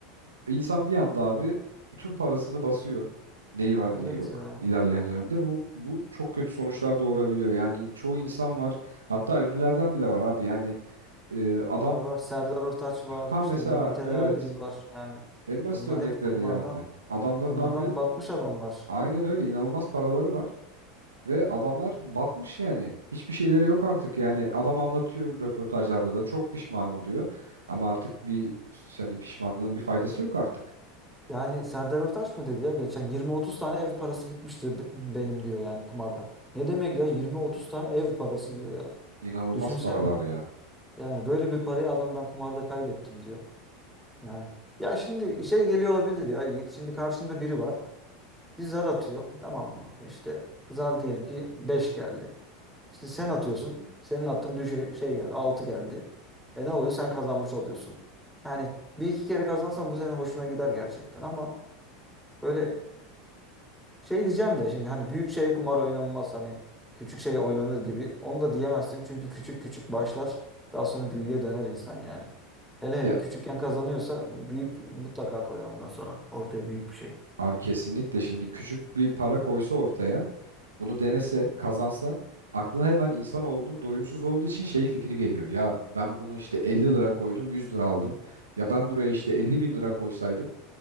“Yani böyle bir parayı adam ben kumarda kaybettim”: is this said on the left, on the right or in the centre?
Centre